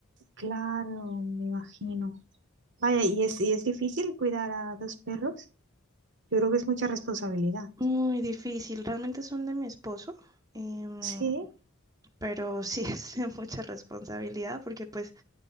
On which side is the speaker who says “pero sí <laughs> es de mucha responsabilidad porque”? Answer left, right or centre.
Right